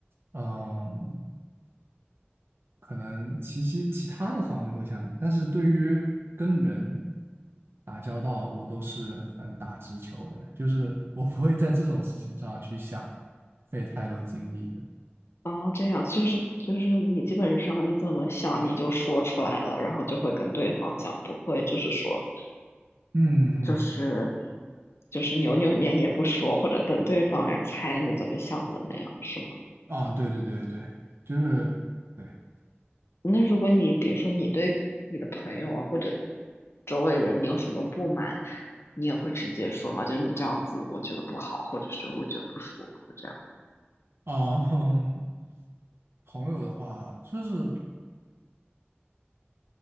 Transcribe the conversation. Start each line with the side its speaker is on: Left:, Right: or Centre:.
Right: 嗯，可能其些其他的方面会想很多，但是对于跟人打交道，我都是很打直球的，就是我不会在这种事情上去想费太多精力。
Left: 然后这样就是就是你基本上你怎么想你就说出来了，然后就会跟对方讲，不会就是说
Right: 嗯嗯嗯
Left: 就是就是扭扭捏捏不说，或者等对方来猜你怎么想的那样，是吗？
Right: 啊，对对对对，就是对
Left: 那如果你比如说你对你的朋友啊或者周围人你有什么不满，你也会直接说吗？就是你这样子我觉得不好，或者是我觉得不舒服这样。
Right: 啊，嗯朋友的话，就是